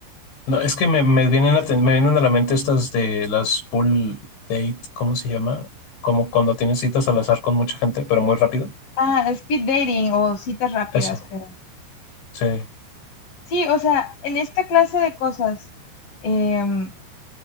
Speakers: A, on the left (about 60°); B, on the left (about 40°).
A: no, es que me, me vienen a, te- me vienen a la mente estas de las pool date, ¿cómo se llama? Como cuando tienes citas al azar con mucha gente, pero muy rápido.
B: Ah, speed dating o citas rápidas,
A: Eso,
B: creo.
A: sí,
B: Sí, o sea, en esta clase de cosas, em,